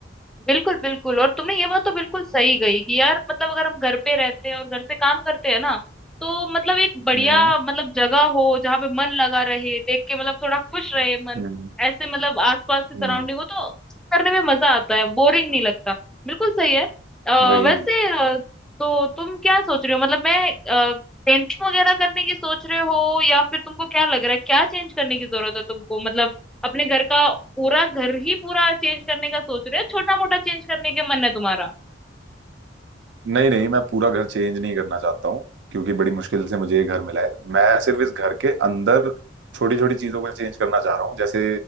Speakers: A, in the centre; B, on the right (about 75°).
A: बिल्कुल बिल्कुल और तुमने ये बात तो बिल्कुल सही गई कि यार मतलब अगर हम घर पे रहते हैं और घर से काम करते हैं ना तो मतलब एक बढ़िया
B: हम्म
A: मतलब जगह हो जहाँ पे मन लगा रहे देख के मतलब थोड़ा खुश रहे मन
B: हम्म
A: ऐसे मतलब आसपास की सराउंडिंग
B: हम्म
A: हो तो करने में मजा आता है बोरिंग नहीं लगता बिल्कुल सही है आ,
B: वही
A: वैसे अ, तो तुम क्या सोच रहे हो मतलब मैं पेंटिंग वगैरह करने की सोच रहे हो या फिर तुमको क्या लग रहा है क्या चेंज करने की जरूरत है तुमको मतलब अपने घर का पूरा घर ही पूरा चेंज करने का सोच रहे हो छोटा मोटा चेंज करने के मन है तुम्हारा
B: नहीं नहीं मैं पूरा घर चेंज नहीं करना चाहता हूँ क्योंकि बड़ी मुश्किल से मुझे ये घर मिला है मैं सिर्फ इस घर के अंदर छोटी छोटी चीजों को चेंज करना चाह रहा हूँ जैसे